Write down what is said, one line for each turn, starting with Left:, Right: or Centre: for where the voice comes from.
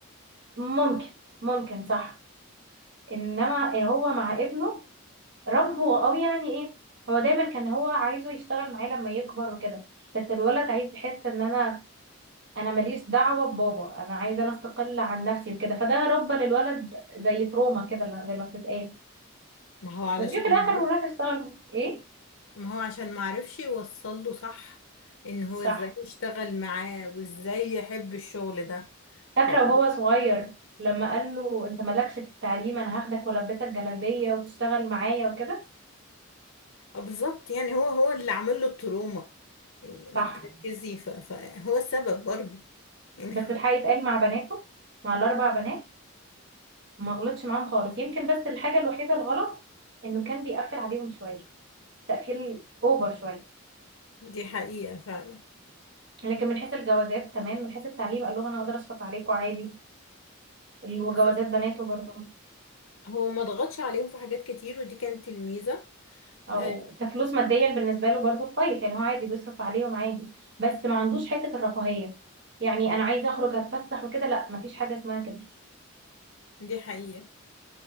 Right: ممكن ممكن صح انما هو مع ابنه ربه او يعني ايه هو دايما كان هو عايزه يشتغل معاه لما يكبر وكده بس الولد عايز يحس ان انا انا ماليش دعوة ببابا انا عايز انا استقل عن نفسي وكده فده ربى للولد زي تروما كده زي ما بتتقال
Left: ما هو علشان
Right: بس جه في
Left: معرف-
Right: الاخر وراح يشتغل ايه
Left: ما هو عشان معرفش يوصله صح ان هو
Right: صح
Left: ازاي يشتغل معاه وازاي يحب الشغل ده
Right: فاكرة
Left: هو
Right: وهو صغير لما قال له انت مالكش في التعليم انا هاخدك والبسك جلابية وتشتغل معايا وكده
Left: آه، بالظبط يعني هو هو اللي عامل له التروما يعني لو
Right: صح
Left: تركزي ف- فهو السبب برضو يعني
Right: بس الحقيقة اتقال مع بناته مع الاربع بنات ما غلطش معاهم خالص يمكن بس الحاجة الوحيدة الغلط انه كان بيقفل عليهم شوية تقفيل اوفر شوية
Left: <laughs> دي حقيقة فعلا
Right: لكن من حيث الجوازات تمام من حيث التعليم قال لهم انا اقدر اشفق عليكم عادي وجوازات
Left: بالظبط
Right: بناته برضه
Left: هو ما ضغطش عليهم في حاجات كتير ودي كانت الميزة
Right: او
Left: آه،
Right: كفلوس ماديا بالنسبه له برضو كويس يعني هو عادي بيصرف عليهم عادي بس ما عندوش حته الرفاهيه يعني انا عايزه اخرج اتفسح وكده لا ما فيش حاجه اسمها كده
Left: دي حقيقة